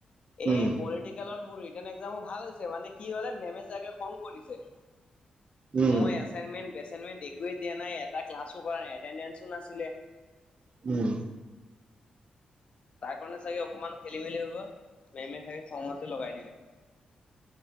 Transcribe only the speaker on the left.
এই পলিটিকেলৰ মোৰ- ছেকেণ্ড এক্সামো ভাল হৈছে মানে কি হলে মেমে চাগে খং কৰিছে,
মই- এচাইনমেণ্ট বেচাইনমেণ্ট একোৱে দিয়া নাই এটা ক্লাছো কৰা নাই এটেডেনচও নাছিলে।
তাৰ কাৰণে চাগে অকমান খেলি মেলি হৈ গল মেমে ছাগে খঙতে লগাই দিলে।